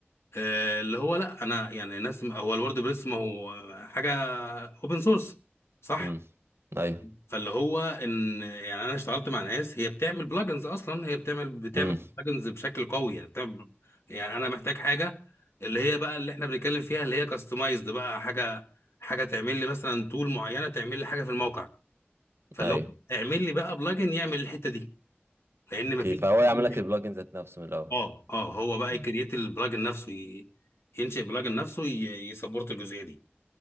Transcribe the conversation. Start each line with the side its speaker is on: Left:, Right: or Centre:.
Left: آه، اللي هو لا انا يعني ناس هو الورد بريس ما هو حاجه اوبن سورس صح
Right: امم ايوه
Left: فاللي هو ان يعني انا اشتغلت مع ناس هي بتعمل بلجنز اصلا هي بتعمل بتعمل
Right: امم
Left: بلجنز بشكل قوي يعني بتعمل يعني انا محتاج حاجه اللي هي بقى اللي احنا بنتكلم فيها اللي هي كاستمايزد بقى حاجه حاجه تعمل لي مثلا تول معينه تعمل لي حاجه في الموقع فاللي
Right: ايوه
Left: هو اعمل لي بقى بلجن يعمل الحته دي لان
Right: اوكي
Left: مفيش
Right: فهو يعمل
Left: <laughs>
Right: لك البلجن ذات نفسه من الاول
Left: اه اه هو بقى
Right: مم.
Left: يكريت البلجن نفسه ي- ينشئ بلجن نفسه ي- يسبورت الجزئيه دي